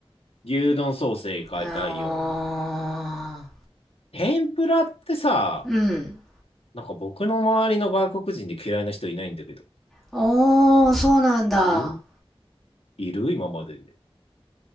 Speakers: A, on the left (about 75°); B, in the centre.
A: 牛丼そう正解第4位。
B: あ
A: 天ぷらってさ、
B: ーうん。
A: なんか僕の周りの外国人で嫌いな人いないんだけど。
B: おー、そうなんだ。
A: いるいる今までで。